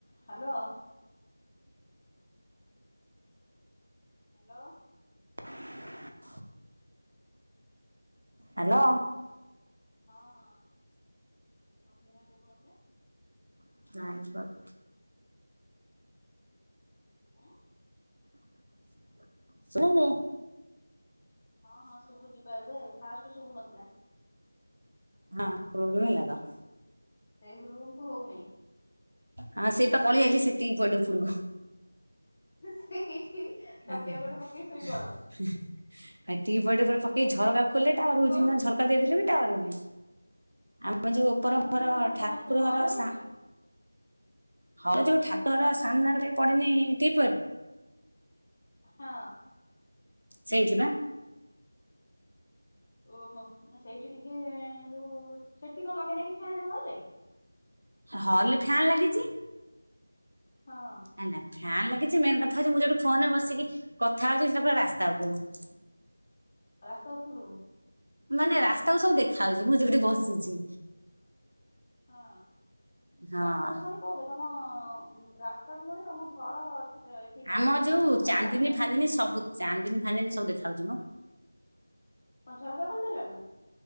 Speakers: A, on the left; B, on the right.
A: Hello. Hello.
B: <inaudible> Hello.
A: ହଁ ହଁ ପ୍ରଥମେ କାଇଁ ଶୁବୁ ନଥିଲେ।
B: <unintelligible>
A: ଉଁ
B: <unintelligible>
A: ହଁ ହଁ ଶୁବୁଚିପା ଏବେ ଫାଷ୍ଟ ଶୁବୁ ନଥୁଲା।
B: ହଁ <unintelligible> ହେଲା ତ।
A: ସେଇ ରୁମ୍ କୁ ହୋଉନେଇ।
B: ହଁ ସେଇପା ପଳେଇଆଲି <unintelligible> ଉପୂରୁକୁ।
A: ସେଇଠି ତକିଆ
B: ଆ
A: ଗୋଟେ ପକେଇ ଶୋଇପଡ।
B: <unintelligible> ଉପରେ ପକେଇ ଝରକା ଖୋଲେ ଟାୱାର ହୋଉଛି
A: କୋଉଠି
B: ନ ଝରକା ଦେଇଦେଲେ ବି ଟାୱାର ହୋଉନି ଆମର ଯୋଉ ଓପୋର
A: ତମ ଟି
B: ଘର
A: ଭାଇ କୋଉଠି
B: ଠାକୁର
A: ତମ ସେ ଯୋଉ ହଲରେ
B: ଘର
A: ପଡିଚି
B: ସା ଘର ଯୋଉ ଠାକୁର ଘର ସାମ୍ନାରେ <unintelligible> ପଡିନି ଟିପଏ
A: ହଁ।
B: ସେଇଠି ପା।
A: ଓହୋ ନା ସେଇଠି ଟିକେ ଯୋଉ ସେଠି କଁ ଲଗେଇନା କି ଫ୍ୟାନ ହଲରେ।
B: ହଲରେ ଫ୍ୟାନ୍ ଲାଗିଚି।
A: ହଁ।
B: ଆନା ଫ୍ୟାନ ଲାଗିଚି ମେନ୍ କଥା ହୋଉଚି ମୁଁ ଯୋଉଠି ଫୋନ ରେ ବସିକି କଥା ହୋଉଚି ସେଟା ପୁରା ରାସ୍ତା ଓପୁରୁକୁ।
A: ରାସ୍ତା ଉପୁରୁକୁ।
B: ମାନେ ରାସ୍ତାକୁୁ ସବୁ ଦେଖାହୋଉଚି ମୁଁ ଯୋଉଠି ବସିଚି।
A: ହଁ
B: ହଁ
A: ରାସ୍ତାକୁ ମାନେ କୋଉଟା ତମ ରାସ୍ତାକୁ ମାନେ ତମ ଘର ଏଠି ପାହାଚ
B: ଆମ
A: ପାଖକୁ
B: ଯୋଉ
A: ନା ତମ
B: ଚାନ୍ଦିନୀ
A: ରାସ୍ତା?
B: ଫାନ୍ଦିନୀ ସବୁ ଚାନ୍ଦିନୀ ଫାନ୍ଦିନୀ ସବୁ ଦେଖା ହୋଉଚି ମ।
A: କଁ ଝରକା ଖୋଲି ଦେଲା ଆଳୁକୁ।